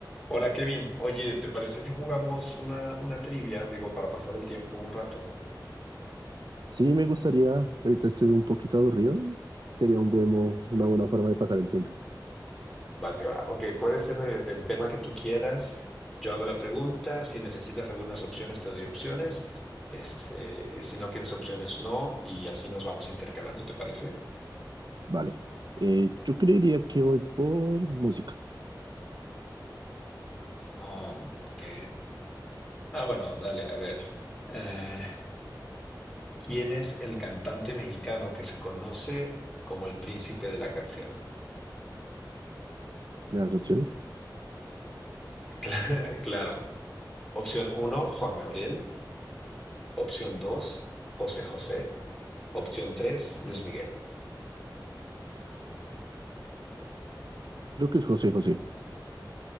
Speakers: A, in the centre; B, on the right.
A: Hola Kevin, oye, ¿te parece si jugamos una, una trivia? Digo, para pasar el tiempo un rato.
B: Sí, me gustaría, ahorita estoy un poquito aburrido, sería un buen, mo- una buena forma de pasar el tiempo.
A: Va que va. Ok, puede ser de- del tema que tú quieras. Yo hago la pregunta. Si necesitas algunas opciones, te doy opciones. Este, si no quieres opciones, no. Y así nos vamos intercalando, ¿te parece?
B: Vale, Eh, yo creería que voy por música,
A: Um, ok. Ah, bueno, dale, a ver. Eh, ¿quién es el cantante mexicano que se conoce como el príncipe de la canción?
B: ¿me das opciones?
A: <laughs> Claro. Opción uno, Juan Gabriel. Opción dos José José. Opción tres Luis Miguel.
B: Creo que es José José.